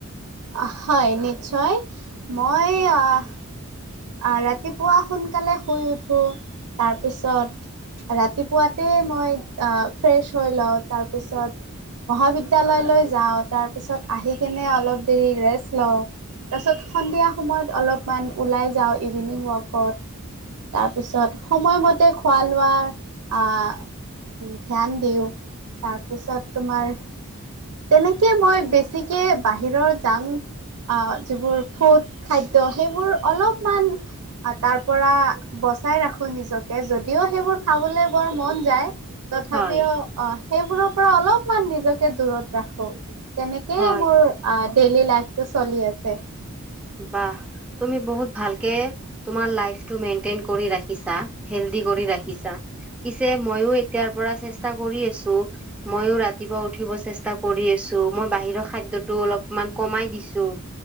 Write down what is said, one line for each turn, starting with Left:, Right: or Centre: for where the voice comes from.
Right: আহ হয় নিশ্চয় মই আহ আ ৰাতিপুৱা সোনকালে শুই উঠোঁ তাৰপিছত ৰাতিপুৱাতে মই আ ফ্ৰেছ হৈ লওঁ তাৰপিছত মহাবিদ্যালয়লৈ যাওঁ তাৰপিছত আহি কেনে অলপ দেৰি ৰেষ্ট লওঁ তাৰছত সন্ধিয়া সময়ত অলপমান ওলাই যাওঁ ইভিনিং ৱাকত তাৰপিছত সময়মতে খোৱা লোৱাৰ আ উ ধ্যান দিওঁ তাৰপিছত তোমাৰ তেনেকে মই বেছিকে বাহিৰৰ জাংক আহ যিবোৰ ফুড খাদ্য সেইবোৰ অলপমান আ তাৰ পৰা বচাই ৰাখোঁ নিজকে যদিও সেইবোৰ খাবলৈ বৰ মন যায় তথাপিও
Centre: হয়
Right: অ সেইবোৰৰ পৰা অলপমান নিজকে দূৰত ৰাখোঁ। তেনেকেই
Centre: হয়
Right: মোৰ অ ডেইলি লাইফটো চলি আছে।
Centre: বাহ, তুমি বহুত ভালকে তুমাৰ লাইফতো মেইনটেইন কৰি ৰাখিছা, হেল্ডি কৰি ৰাখিছা। পিছে মইও এতিয়াৰ পৰা চেষ্টা কৰি আছো ময়ো ৰাতিপুৱা উঠিব চেষ্টা কৰি আছো মই বাহিৰৰ খাদ্যটো অলপমান কমাই দিছোঁ।